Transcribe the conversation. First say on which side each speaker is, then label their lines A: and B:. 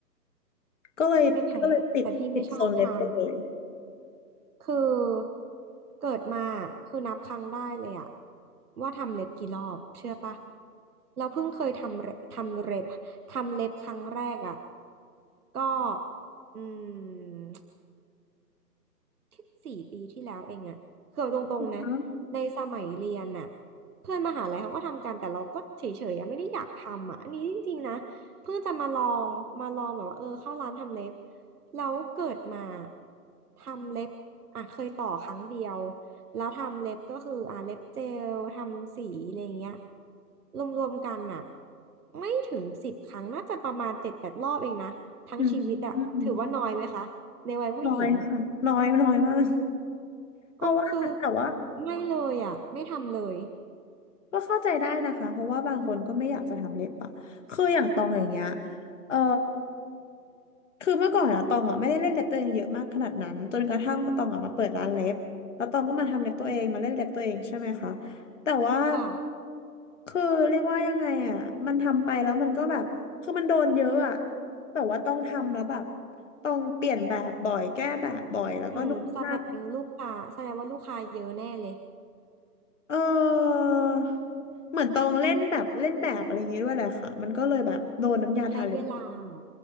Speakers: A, on the left (about 45°); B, on the right (about 60°).
A: ก็เลยก็เลยปิดปิดโซนเล็บไปเลย
B: พี่ไม่แพ้แต่พี่ไม่ชอบทำ คือเกิดมาคือนับครั้งได้เลยอะว่าทำเล็บกี่รอบเชื่อปะเราเพิ่งเคยทำเล็บทำเล็บทำเล็บครั้งแรกอะก็อืม แค่สี่ปีที่แล้วเองอะเกือบตรงๆนะ
A: อ๋อ
B: ในสมัยเรียนอะเพื่อนมหาลัยเขาก็ทำกันแต่เราก็เฉยๆอะไม่ได้อยากทำอะอันนี้จริงๆนะเพิ่งจะมาลองมาลองแบบว่าเออเข้าร้านทำเล็บแล้วเกิดมาทำเล็บอ่ะเคยต่อครั้งเดียวแล้วทำเล็บก็คืออ่ะเล็บเจลทำสีอะไรเงี้ยรวมๆกันอะไม่ถึงสิบครั้งน่าจะประมาณเจ็ดแปดรอบเองนะทั้งชีวิตอะถือว่าน้อยไหมคะในวัยผู้หญิง
A: อืมอืมน้อยค่ะน้อยน้อยมากเพราะว่าแต่ว่า
B: เออคือไม่เลยอ่ะไม่ทำเลย
A: ก็เข้าใจได้นะคะเพราะว่าบางคนก็ไม่อยากจะทำเล็บอะคืออย่างตองอย่างเงี้ยเออคือเมื่อก่อนอะตองอะไม่ได้เล่นเล็บตัวเองเยอะมากขนาดนั้นจนกระทั่งาตองอะมาเปิดร้านเล็บแล้วตองก็มาทำเล็บตัวเองมาเล่นเล็บตัวเองใช่ไหมคะแต่ว่า
B: ค่ะ
A: คือเรียกว่ายังไงอะมันทำไปแล้วมันก็แบบคือมันโดนเยอะอะแบบว่าต้องทำแล้วแบบต้องเปลี่ยนแบบบ่อยแก้แบบบ่อยแล้วก็นู่นนั่น
B: อืมแสดงลูกค้าแสดงว่าลูกค้าเยอะแน่เลย
A: เออเหมือนตองเล่นแบบเล่นแบบอะไรอย่างงี้ด้วยแหละค่ะมันก็เลยแบบโดนน้ำยาทาเล็บ
B: ใช้เวลาเหรอ